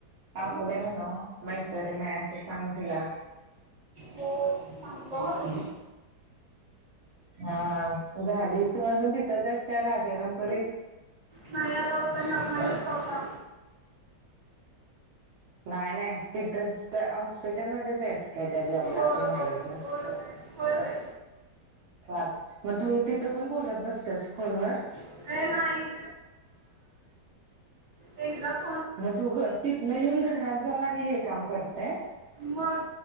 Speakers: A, on the right (about 65°); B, on the right (about 30°).
A: असू दे म्हणावं मैतरीन हाय असं सांग तिला.
B: हो सांगतो ह
A: हा हा झाली तू अजून तिथच राजारामपुरीत.
B: नाही आता उतरणार माझ्या स्टॉप ला.
A: नाही नाही. तिथं हॉस्पिटलमध्येच जायच. काय त्या जॉबला
B: होय
A: असं म्हणालय
B: होय
A: का
B: होय होय होय
A: चा मग तू तिथं पण बोलत बसतस फोन वर.
B: होय ए नाही एकदम.
A: मग तू तिथनं येऊन घरात जाऊन आणि हे काम करतेस.
B: मग